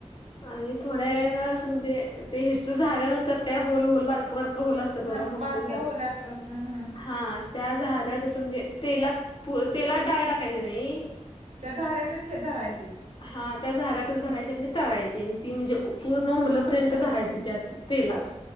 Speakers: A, on the left; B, on the right.
A: आणि थोड्या वेळने अस म्हणजे ते हेच झाऱ्या नसतात काय? होल होल बारक बारक होल असत‌. बघा
B: ह
A: मोठ
B: बारक्या
A: झालं,
B: होल्याच हम् हम
A: हा. त्या झार्यात असं म्हणजे, तेलात तेलात डाळ टाकायची नाही,
B: त्या झाऱ्यातच ठे धरायची.
A: हा, त्या झाऱ्यातच धरायच्या आणि तळायचीन. ती म्हणजे, पूर्ण उमुलंपर्यंत धरायची, त्यात तेलात.